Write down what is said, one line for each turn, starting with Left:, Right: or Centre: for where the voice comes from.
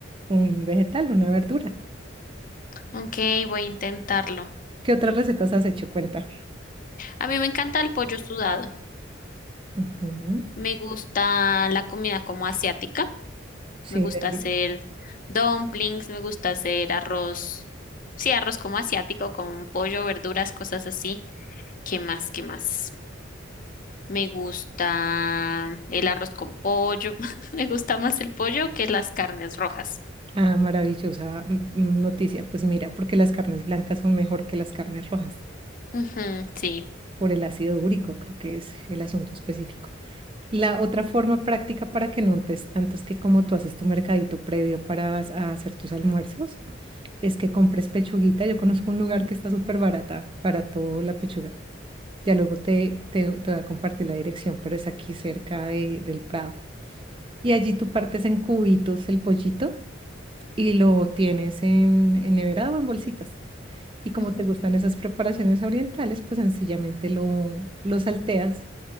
Right: un vegetal, una verdura.
Left: Ok, voy a intentarlo.
Right: ¿Qué otras recetas has hecho? Cuenta.
Left: A mí me encanta el pollo sudado.
Right: Ujú.
Left: Me gusta la comida como asiática.
Right: Sí,
Left: Me gusta
Right: Andy.
Left: hacer dumplings, me gusta hacer arroz. Sí, arroz como asiático, con pollo, verduras, cosas así. ¿Qué más? ¿Qué más? Me gusta el arroz con pollo. <laughs> Me gusta más el pollo que las carnes rojas.
Right: ah, maravillosa mm, mm, noticia. Pues mira, porque las carnes blancas son mejor que las carnes rojas.
Left: Ujú, sí.
Right: por el ácido úrico, creo que es el asunto específico. La otra forma práctica para que no untes tanto es que como tú haces tu mercadito previo para as- a hacer tus almuerzos, es que compres pechuguita. Yo conozco un lugar que está súper barata, barato la pechuga. Ya luego te, te, te voy a compartir la dirección, pero es aquí cerca de- del Prado. Y allí tú partes en cubitos el pollito y lo tienes en, en nevera o en bolsitas. Y como
Left: ujú.
Right: te gustan esas preparaciones orientales, pues sencillamente lo, lo salteas